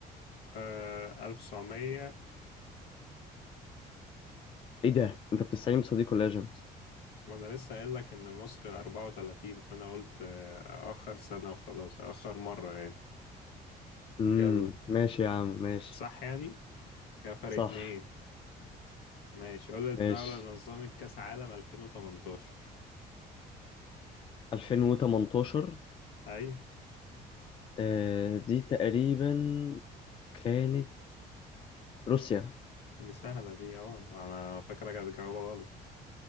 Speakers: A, on the left (about 65°); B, on the left (about 30°).
A: آه 1930
B: ايه ده انت بتستعين بصديق ولا يا جيمس
A: وأنا لسه قايل لك إن مصر 34 فأنا قلت آه، أأخر سنة وخلاص أأخر مرة يعني
B: امم
A: يلا
B: ماشي يا عم ماشي
A: صح يعني كده فرق
B: صح
A: اتنين ماشي قول لي الدولة
B: ماشي
A: اللي نظمت كأس عالم 2018
B: 2018
A: أي
B: آه دي تقريبا كانت روسيا
A: دي سهلة دي أه أنا فاكرك هتجاوبها غلط